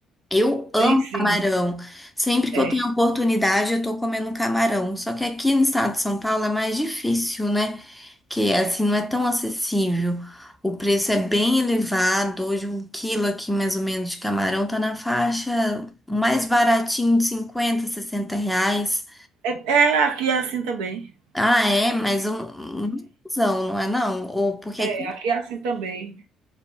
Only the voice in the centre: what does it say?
Eu amo
camarão. Sempre que
eu tenho oportunidade, eu tô comendo camarão. Só que aqui no estado de São Paulo é mais difícil, né? que assim não é tão acessível. O preço é bem elevado. Hoje um quilo aqui mais ou menos de camarão tá na faixa o mais baratinho de 50, 60 reais.
Ah, é, mas um, um não, não é não? Ou porque
aqui em